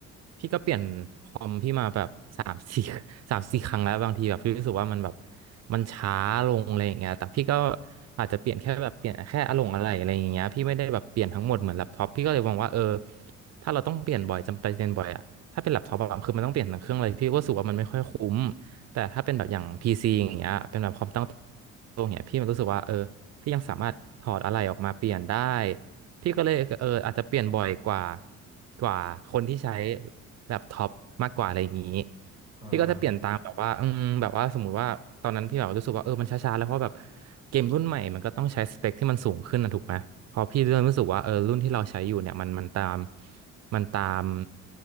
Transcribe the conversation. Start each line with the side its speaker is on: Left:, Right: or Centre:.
Right: พี่ก็เปลี่ยนคอมพี่มาแบบสามสี่ <laughs> สามสี่ครั้งแล้วบางทีแบบพี่รู้สึกว่ามันแบบมันช้าลงอะไรอย่างเงี้ยแต่พี่ก็อาจจะเปลี่ยนแค่แบบเปลี่ยนแค่อารมณ์อะไรอะไรอย่างเงี้ยพี่ไม่ได้แบบเปลี่ยนทั้งหมดเหมือนแล็ปท็อปพี่ก็เลยมองว่าเออถ้าเราต้องเปลี่ยนบ่อยจำเป็นเปลี่ยนบ่อยอะถ้าเป็นแล็ปท็อปอะคือมันต้องเปลี่ยนทั้งเครื่องเลยพี่ก็รู้สึกว่ามันไม่ค่อยคุ้มแต่ถ้าเป็นแบบอย่างพีซ c อย่างเงี้ยเป็นแบบความตั้งตรงเนี้ยพี่มันรู้สึกว่าเออพี่ยังสามารถถอดอะไรออกมาเปลี่ยนได้ พี่ก็เลยเอออาจจะเปลี่ยนบ่อยกว่ากว่าคนที่ใช้แล็ปท็อปมากกว่าอะไรอย่างนี้
Left: อ่า
Right: พี่ก็จะเปลี่ยนตามแบบว่าอืมแบบว่าสมมุติว่าตอนนั้นพี่แบบรู้สึกว่าเออมันช้าๆแล้วเพราะแบบเกมรุ่นใหม่มันก็ต้องใช้สเปคที่มันสูงขึ้นนะถูกไหมพอพี่เริ่มรู้สึกว่าเออรุ่นที่เราใช้อยู่เนี่ยมันมันตาม มันตาม